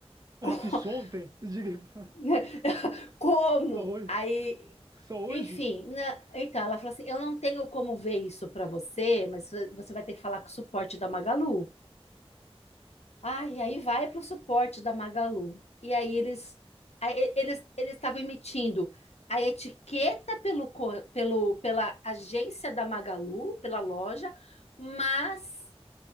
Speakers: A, on the right (about 35°); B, on the left (about 85°).
A: Eu
B: <laughs>
A: já fiz ontem. Diga, <laughs>
B: né? Como?
A: só hoje.
B: Aí,
A: Só hoje?
B: enfim, na- então ela falou assim: eu não tenho como ver isso para você, mas você vai ter que falar com o suporte da Magalu. Ah, e aí vai para o suporte da Magalu. E aí eles aí e- eles eles estavam emitindo a etiqueta pelo, co- pelo pela agência da Magalu, pela loja, mas